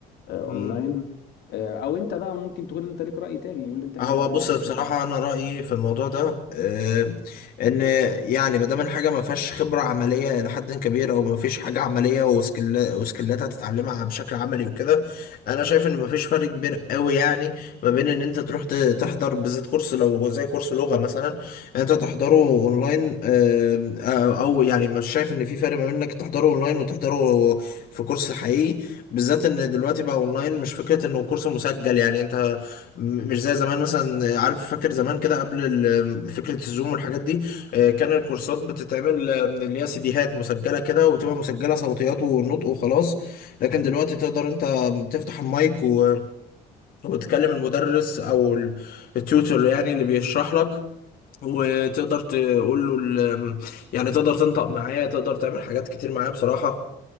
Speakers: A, on the left; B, on the left.
A: آه، اونلاين
B: مم.
A: آه، او انت بقى ممكن تكون انت ليك راي تاني يقول لي انت كده
B: هو
A: شوف
B: بص
A: انت رايك
B: بصراحة أنا رأيي في الموضوع ده آه، إن يعني ما دام الحاجة ما فيهاش خبرة عملية إلى حد كبير أو ما فيش حاجة عملية وسكيل وسكيلات هتتعلمها بشكل عملي وكده أنا شايف إن ما فيش فرق كبير قوي يعني ما بين إن أنت تروح ت- تحضر بالذات كورس لو زي كورس لغة مثلا أنت تحضره أونلاين آه، آه، أو يعني مش شايف إن في فرق ما بين إنك تحضره أونلاين وتحضره في كورس حقيقي بالذات إن دلوقتي بقى أونلاين مش فكرة إنه كورس مسجل يعني أنت م- مش زي زمان مثلا عارف فاكر زمان كده قبل ال- فكرة الزوم والحاجات دي آه، كان الكورسات بتتعمل آه، من اللي هي سيديهات مسجلة كده وتبقى مسجلة صوتيات ونطق وخلاص لكن دلوقتي تقدر انت بتفتح المايك و... وتكلم المدرس او ال- التيوتور يعني اللي بيشرح لك وتقدر تقول له ال... يعني تقدر تنطق معاه تقدر تعمل حاجات كتير معاه بصراحة